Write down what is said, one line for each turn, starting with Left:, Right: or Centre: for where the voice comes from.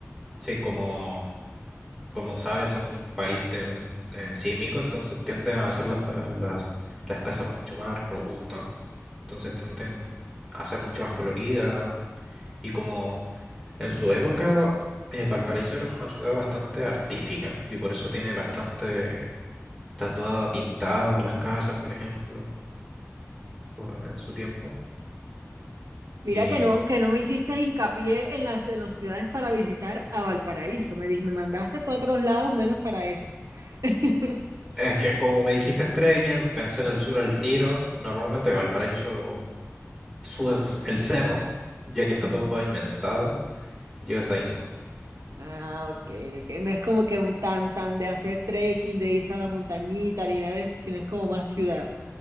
Centre: sí, como, como sabes, son un país tem- eh, sísmico, entonces tiende a hacer las, pa- las, las casas mucho más robustas, entonces tienden a ser mucho más coloridas y como en su época eh, Valparaíso era una ciudad bastante artística y por eso tiene bastante Está toda pintada las casas, por ejemplo, o- en su tiempo.
Right: Mira
Centre: Y
Right: que no, que no me hiciste hincapié en las, en las ciudades para visitar a Valparaíso. Me dijiste, me mandaste para otros lados menos para esa. <laughs>
Centre: es que como me dijiste es trekking, pensé en el sur al tiro. Normalmente Valparaíso subes el cerro, ya que está
Right: Ujú.
Centre: todo pavimentado, llegas ahí nomás.
Right: Ah, ok, ok. No es como que un tan, tan de hacer trekking, de irse a la montañita, ni nada de esto, sino es como más ciudad.